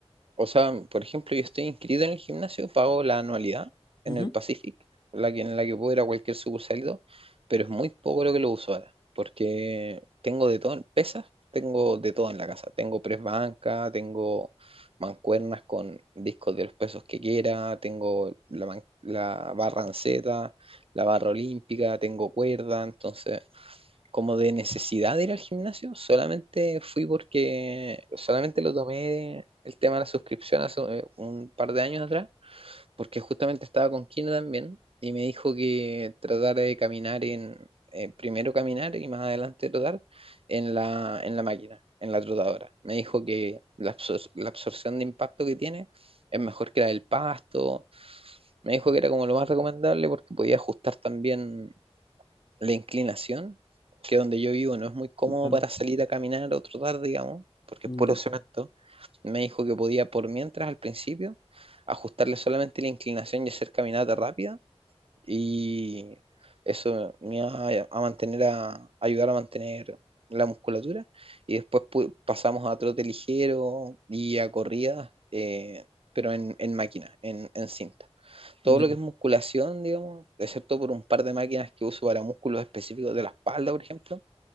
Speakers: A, on the right; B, on the left.
A: O sea, por ejemplo, yo estoy inscrito en el gimnasio, pago la anualidad en
B: Ujú.
A: el Pacific, la que, en la que puedo ir a cualquier sucursal, y todo, pero es muy poco lo que lo uso ahora, porque tengo de todo, en pesas, tengo de todo en la casa. Tengo press banca, tengo mancuernas con discos de los pesos que quiera, tengo la, man- la barra anceta, la barra olímpica, tengo cuerda, entonces como de necesidad de ir al gimnasio, solamente fui porque solamente lo tomé el tema de la suscripción hace eh, un par de años atrás, porque justamente estaba con Kino también y me dijo que tratara de caminar en, eh, primero caminar y más adelante trotar en la, en la máquina, en la trotadora. Me dijo que la, absor- la absorción de impacto que tiene es mejor que la del pasto. Me dijo que era como lo más recomendable porque podía ajustar también la inclinación, que donde yo vivo no es muy cómodo
B: Bueno,
A: para salir a caminar o trotar, digamos, porque
B: ya,
A: es puro cemento, me dijo que podía por mientras al principio ajustarle solamente la inclinación y hacer caminata rápida y eso me iba a, a mantener a ayudar a mantener la musculatura y después pu- pasamos a trote ligero y a corridas, eh, pero en, en máquina, en, en cinta todo
B: ya.
A: lo que es musculación, digamos, excepto por un par de máquinas que uso para músculos específicos de la espalda, por ejemplo,